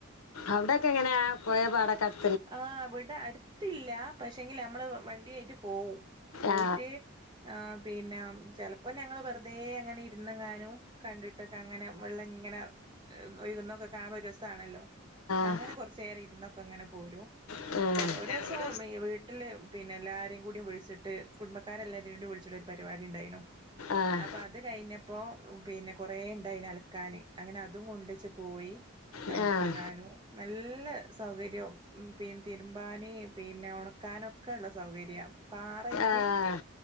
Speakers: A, on the left; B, on the right.
A: അവിടെയൊക്കെ എങ്ങനെയാ പൊയയോ പാടൊക്ക അടു
B: ആ ഇവടെ അടുത്തില്ല പക്ഷെങ്കിലമ്മള് വണ്ടിയായിട്ട് പോവും പോയിട്ട്
A: ആ
B: ആ പിന്നെ ചെലപ്പോ ഞങ്ങള് വെറുതെ അങ്ങനെ ഇരുന്നെങ്ങാനും കണ്ടിട്ട് റ്റത്തങ്ങനെ വെള്ളം ഇങ്ങനെ ഒഴുകുന്നയൊക്കെ കാണുമ്പൊരു രസ സാണല്ലോ അങ്ങനെ
A: ആ
B: കൊറച്ചു നേരം ഇരുന്നപ്പം ഇങ്ങനെ പോരും
A: ഒരു
B: ചെല ഒരുസം വീട്ടില് പിന്നെ എല്ലാരേം കൂടി വിളിച്ചിട്ട് കുടുംബക്കാരെ എല്ലാരൂടി വിളിച്ചിട്ട് പരിപാടി ഉണ്ടായീനു
A: ആഹ്
B: അപ്പൊ അത് കഴിഞ്ഞപ്പോ ഉം പിന്നെ കൊറേ ഉണ്ടായീന് അലക്കാന് അങ്ങനെ അതും കൊണ്ടച്ച് പോയി
A: ആ
B: കാനും നല്ല സൗകര്യോം ഉം പി തിരുമ്പാന് പിന്നെ ഒണക്കാനൊക്കെ ഒള്ള സൗകര്യം പാറയിറ്റ്
A: ആഹ്